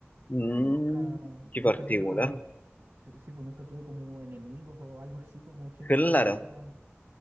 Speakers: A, on the left; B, on the right.
A: Mm,
B: pero nunca,
A: qué
B: nunca
A: particular.
B: tuve como, eh, sí, pues nunca tuve como enemigos o algo así, como gente
A: Claro,
B: que me quisieran.